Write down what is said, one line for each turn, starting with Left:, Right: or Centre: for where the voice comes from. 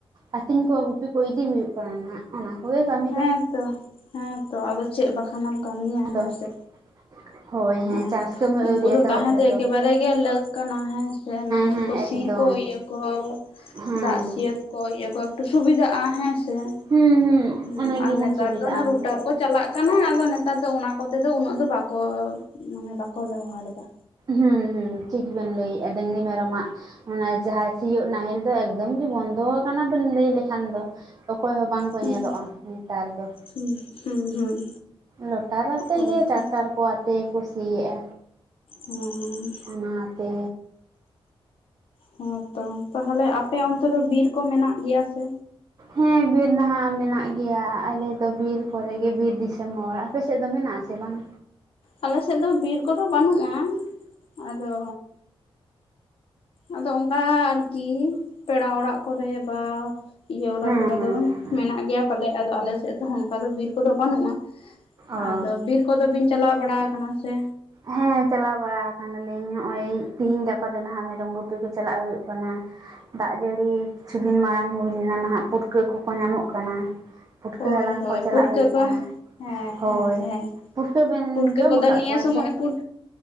Right: ᱟᱹᱛᱤᱧ ᱠᱚ ᱜᱩᱯᱤ ᱠᱚ ᱤᱫᱤ ᱦᱩᱭᱩᱜ ᱠᱟᱱᱟ ᱱᱟᱟᱜ ᱚᱱᱟ ᱠᱚᱜᱮ ᱠᱟᱹᱢᱤ
Left: ᱦᱮᱸ
Right: ᱫᱚ᱾
Left: ᱛᱚ ᱦᱮᱸ ᱛᱚ ᱟᱫᱚ ᱪᱮᱫ ᱵᱟᱠᱷᱟᱱᱮᱢ ᱠᱟᱹᱢᱤᱭᱟ
Right: ᱟᱫᱚ
Left: ᱦᱮᱸ ᱥᱮ᱾
Right: <unintelligible>
Left: ᱦᱮᱸ
Right: ᱪᱟᱥ ᱠᱟᱹᱢᱤ ᱟᱹᱣᱨᱤ
Left: ᱩᱱᱠᱩ ᱫᱚ
Right: ᱮᱛᱚᱦᱚᱵ
Left: ᱛᱟᱦᱮᱸ
Right: ᱨᱮᱫᱚ
Left: ᱫᱚ ᱮᱠᱮᱵᱟᱨᱮ ᱜᱮ ᱞᱟᱹᱠ ᱠᱟᱱᱟ ᱦᱮᱸ ᱥᱮ ᱱᱟᱦᱮᱞ
Right: ᱦᱮᱸ
Left: ᱠᱚ
Right: ᱮᱠᱫᱚᱢ
Left: ᱥᱤ ᱠᱚ ᱤᱭᱟ ᱠᱚ
Right: ᱦᱮᱸ
Left: ᱫᱟᱜ ᱥᱤᱭᱟᱹᱛ ᱠᱚ ᱤᱭᱟᱹ ᱠᱚ ᱮᱠᱴᱩ ᱥᱩᱵᱤᱫᱷᱟᱜᱼᱟ ᱦᱮᱸ ᱥᱮ᱾
Right: ᱦᱩᱸ ᱦᱩᱸ᱾
Left: ᱦᱩ
Right: ᱚᱱᱟ ᱜᱮᱵᱚᱱ
Left: ᱟᱨ ᱱᱮᱛᱟᱨ
Right: ᱥᱩᱵᱤᱫᱷᱟᱜᱼᱟ
Left: ᱫᱚ
Right: ᱩᱱᱠᱩ
Left: ᱨᱩᱴᱟᱨ
Right: ᱛᱮ
Left: ᱠᱚ ᱪᱟᱞᱟᱜ ᱠᱟᱱᱟ ᱟᱫᱚ ᱱᱮᱛᱟᱨ ᱫᱚ ᱚᱱᱟ ᱠᱚᱛᱮ ᱫᱚ ᱩᱱᱟᱹᱜ ᱫᱚ ᱵᱟᱠᱚ ᱢᱟᱱᱮ ᱵᱟᱠᱚ ᱵᱮᱣᱦᱟᱨ ᱮᱫᱟ᱾
Right: ᱦᱩᱸ ᱦᱩᱸ ᱴᱷᱤᱠ ᱵᱤᱱ ᱢᱮᱱ ᱞᱟᱹᱭᱮᱜ ᱟ ᱰᱟᱹᱝᱨᱤ ᱢᱮᱨᱚᱢ ᱟᱜ᱾ ᱚᱱᱟ ᱡᱟᱦᱟᱸ ᱥᱤᱭᱳᱜ ᱱᱟᱦᱮᱞ ᱫᱚ ᱮᱠᱫᱚᱢ ᱜᱮ ᱵᱚᱱᱫᱚ ᱟᱠᱟᱱᱟ ᱵᱮᱱ ᱞᱟᱹᱭ ᱞᱮᱠᱷᱟᱱ ᱫᱚ᱾ ᱚᱠᱚᱭ ᱦᱚᱸ ᱵᱟᱝᱠᱚ
Left: ᱦᱩᱸ
Right: ᱧᱮᱞᱚᱜᱼᱟ ᱱᱮᱛᱟᱨ ᱫᱚ᱾
Left: ᱦᱩᱸ ᱦᱩᱸ ᱦᱩᱸ
Right: ᱞᱚᱴᱟᱨ ᱟᱛᱮ
Left: ᱚᱱᱮ
Right: ᱜᱮ
Left: ᱚᱱᱠᱟ
Right: ᱴᱟᱠᱴᱟᱨ ᱠᱚ ᱟᱛᱮ ᱜᱮᱠᱚ ᱥᱤ ᱭᱮᱜᱼᱟ᱾
Left: ᱦᱩᱸᱻ
Right: ᱚᱱᱟᱛᱮ᱾
Left: ᱦᱮᱸ ᱛᱚ ᱛᱟᱦᱚᱞᱮ ᱟᱯᱮ ᱚᱱᱛᱮ ᱫᱚ ᱵᱤᱨ ᱠᱚ ᱢᱮᱱᱟᱜ ᱜᱮᱭᱟ ᱥᱮ᱾
Right: ᱦᱮᱸ ᱵᱤᱨ ᱱᱟᱜᱷ ᱢᱮᱱᱟᱜ ᱜᱮᱭᱟ ᱟᱞᱮᱫᱚ ᱵᱤᱨ ᱠᱚᱨᱮ ᱜᱮ ᱵᱤᱨ ᱫᱤᱥᱚᱢ ᱦᱚᱲ᱾ ᱟᱯᱮᱥᱮᱫ ᱫᱚ ᱢᱮᱱᱟᱜ ᱟᱥᱮ ᱵᱟᱝ?
Left: ᱟᱞᱮᱥᱮᱫ ᱫᱚ ᱵᱤᱨ ᱠᱚᱫᱚ ᱵᱟᱹᱱᱩᱜᱼᱟ ᱟᱫᱚ᱾ ᱟᱫᱚ ᱚᱱᱠᱟ ᱟᱨᱠᱤ ᱯᱮᱲᱟ ᱚᱲᱟᱜ ᱠᱚᱨᱮ ᱵᱟ ᱤᱭᱟᱹ ᱚᱨᱟ
Right: ᱦᱮᱸ
Left: ᱠᱚᱨᱮ
Right: ᱦᱮᱸ
Left: ᱫᱚ
Right: ᱦᱮᱸ
Left: ᱢᱮᱱᱟᱜ ᱜᱮᱭᱟ ᱯᱟᱞᱮ ᱟᱫᱚ ᱟᱞᱮ ᱥᱮᱫ ᱫᱚ ᱚᱱᱠᱟ ᱫᱚ ᱵᱤᱨ ᱠᱚᱫᱚ ᱵᱟᱹᱱᱩᱜᱼᱟ᱾
Right: ᱚ
Left: ᱟᱫᱚ ᱵᱤᱨ ᱠᱚᱫᱚ ᱵᱤᱱ ᱪᱟᱞᱟᱣ ᱵᱟᱲᱟ ᱟᱠᱟᱱᱟ ᱥᱮ?
Right: ᱦᱮᱸ ᱪᱟᱞᱟᱣ ᱵᱟᱲᱟ ᱟᱠᱟᱱᱟᱞᱤᱧ ᱱᱚᱜᱼᱚᱭ ᱛᱤᱦᱤᱧ ᱜᱟᱯᱟ ᱫᱚ ᱱᱟᱦᱟᱜ ᱢᱮᱨᱚᱢ ᱜᱩᱯᱤ ᱠᱚ ᱪᱟᱞᱟᱜ ᱦᱩᱭᱩᱜ ᱠᱟᱱᱟ᱾ ᱫᱟᱜ ᱡᱟᱹᱲᱤ ᱠᱤᱪᱷᱩ ᱫᱤᱱ ᱢᱟᱲᱟᱝ ᱦᱩᱭ ᱞᱮᱱᱟ ᱱᱟᱜᱷ ᱯᱩᱴᱠᱟᱹ ᱠᱚᱠᱚ ᱧᱟᱢᱚᱜ ᱠᱟᱱᱟ᱾ ᱯᱩᱴᱠᱟᱹ
Left: ᱦᱳᱭ
Right: ᱦᱟᱞᱟᱝ
Left: ᱦᱳᱭ
Right: ᱠᱚ ᱪᱟᱞᱟᱜ
Left: ᱯᱩᱴᱠᱟᱹ
Right: ᱦᱩᱭᱩᱜ
Left: ᱠᱚ
Right: ᱠᱟᱱᱟ,
Left: ᱦᱮᱸ
Right: ᱦᱳᱭ᱾
Left: ᱦᱮᱸ ᱦᱮᱸ
Right: ᱯᱩᱴᱠᱟᱹ ᱵᱤᱱ
Left: ᱯᱩᱴᱠᱟᱹ
Right: ᱡᱚᱢ
Left: ᱠᱚᱫᱚ
Right: ᱟᱠᱟᱫ
Left: ᱱᱤᱭᱟᱹ
Right: ᱠᱚᱣᱟ
Left: ᱥᱚᱢᱚᱭ
Right: ᱥᱮ?
Left: ᱯᱩᱴ